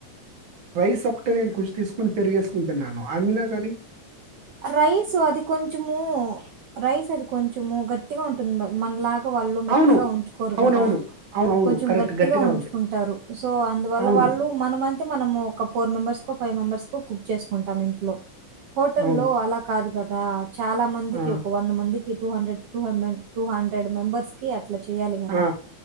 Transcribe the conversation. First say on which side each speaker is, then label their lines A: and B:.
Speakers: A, on the right; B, on the right.
A: రైస్ ఒకటే నేను కొంచెం తీసుకొని పెరిగేసుకు తిన్నాను అమ్మిన కాని
B: రైస్ అది కొంచమూ రైస్ అది కొంచమో గట్టిగా ఉంట మనలా వాళ్ళు మెత్తగా
A: అవును.
B: ఉంచుకోరు
A: అవునవును.
B: కదా.
A: అవునవును.
B: కొంచెం
A: కరెక్ట్.
B: గట్టిగా ఉంచుకుంటారు.
A: ఉంది.
B: సో అందువల్ల
A: అవును.
B: వాళ్ళు మనమంత మనము ఒక ఫైవ్ మెంబర్స్ ఒక ఫైవ్ మెంబర్స్ కి కుక్ చేసుకుంటాం ఇంట్లో
A: అవును.
B: లో అలా కాదు కదా రా చాలా మందికి
A: ఆ!
B: ఒక వంద మందికి two hundred two hundred two hundred members కి అట్ల చెయ్యాలి కదా
A: ఆ!